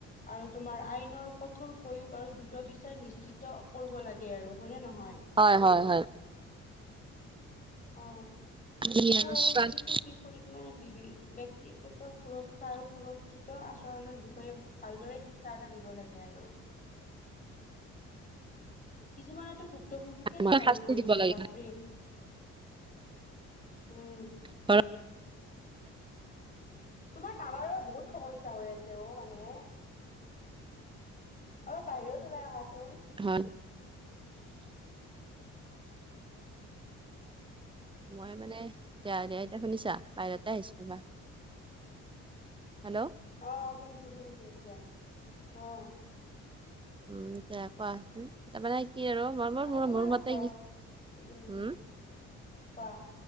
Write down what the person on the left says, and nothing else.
আৰু তোমাৰ আইনৰ কঠোৰ আৰু দ্ৰু বিচাৰ নিশ্চিত কৰিব লাগে আৰু হয় নে নহয়
অ
শিশু আৰু
কিশোৰ কি কৰি মানে বি ব্যয়ক্তিগত সুৰক্ষা আৰু সুৰ শিক্ষিত আচৰণৰ বিষয়ে ভালদৰে শিক্ষা এটা দিব লাগে আৰু কিছুমানতো ভুক্তভোগীকে দোষাৰোপ
কৰি
দিয়ে
বাপৰে উম্।
তোমাৰ টাৱাৰৰ বহুত সমস্যা হৈ আছে অ' মানে অলপ বাহিৰত ওলাই আহাচোন।
অ' অ' শুনিছো শুনিছো এতিয়া অ'
আৰু
তোমাৰ
ওঠৰ
উ
কোৱা